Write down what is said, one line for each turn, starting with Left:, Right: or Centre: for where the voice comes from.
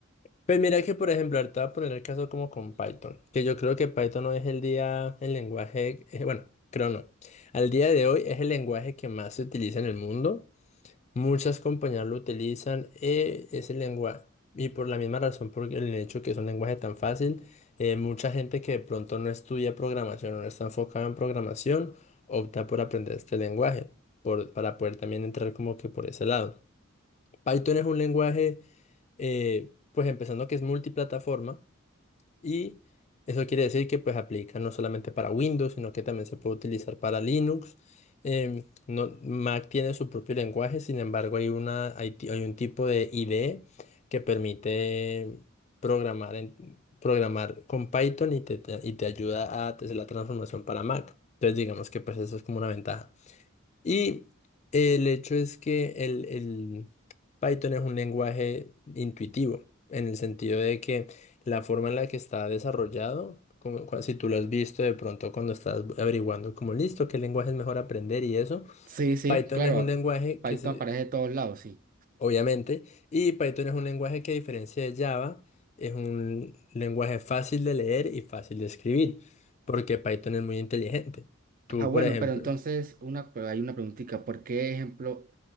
Left: Pero mira que, por ejemplo, ahorita voy a poner el caso como con Python, que yo creo que Python no es el día, el lenguaje, eh, bueno, creo no. Al día de hoy es el lenguaje que más se utiliza en el mundo. Muchas compañías lo utilizan, eh, ese lenguaje, y por la misma razón, por el hecho que es un lenguaje tan fácil, eh, mucha gente que de pronto no estudia programación o no está enfocada en programación, opta por aprender este lenguaje, por- para poder también entrar como que por ese lado. Python es un lenguaje, eh, pues empezando que es multiplataforma. Y eso quiere decir que pues aplica no solamente para Windows, sino que también se puede utilizar para Linux. Em, no- Mac tiene su propio lenguaje, sin embargo hay una, hay, ti- hay un tipo de IDE que permite programar, en- programar con Python y te, te- y te ayuda a hacer la transformación para Mac. Entonces digamos que pues eso es como una ventaja. Y el hecho es que el, el Python es un lenguaje intuitivo, en el sentido de que la forma en la que está desarrollado, como, cua- si tú lo has visto de pronto cuando estás averiguando como listo, qué lenguaje es mejor aprender y eso,
Right: Sí, sí,
Left: Python
Right: claro,
Left: es un lenguaje
Right: Python
Left: que se,
Right: aparece de todos lados, sí.
Left: obviamente, y Python es un lenguaje que a diferencia de Java, es un lenguaje fácil de leer y fácil de escribir, porque Python es muy inteligente. Tú,
Right: Ah, bueno,
Left: por ejemplo.
Right: pero entonces una, pero hay una preguntita. ¿Por qué, ejemplo,